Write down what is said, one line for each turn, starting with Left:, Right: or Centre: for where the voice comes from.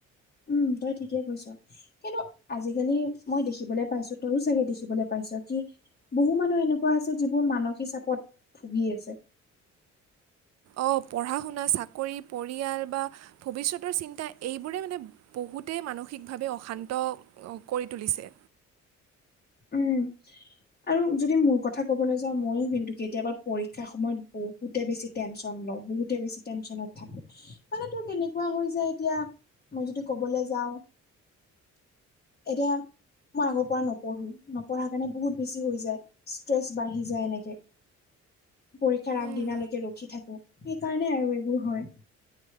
Left: উমঁ তই ঠিকেই কৈছ। কিন্তু আজিকালি মই দেখিবলৈ পাইছো তইও চাগে দেখিবলৈ পাইছ কি বহু মানুহ এনেকুৱা আছে যিবোৰ মানসিক চাপত ভুগি আছে।
Right: অঁ পঢ়া শুনা চাকৰি পৰিয়াল বা ভৱিষ্যতৰ চিন্তা এইবোৰে মানে বহুতেই মানসিকভাৱে অশান্ত কৰি তুলিছে।
Left: উমঁ! আৰু যদি মোৰ কথা ক'বলৈ যাওঁ মইয়ো কিন্তু কেতিয়াবা পৰীক্ষাৰ সময়ত বহুতে বেছি টেনশ্যন লওঁ বহুতে বেছি টেন্যনত থাকে। মানে তোৰ কেনেকুৱা হৈ যায় এতিয়া মই যদি কবলৈ যাও- এতিয়া মই আগৰ পৰা নপঢ়োঁ। পঢ়ো নপঢ়াৰ কাৰণে বহুত বেছি হৈ যায় ষ্ট্ৰেছ বাঢ়ি যায় এনেকে। পৰীক্ষাৰ আগদিনালেকে
Right: উম,
Left: ৰখি থাকে সেইকাৰণে আৰু এইবোৰ হয়।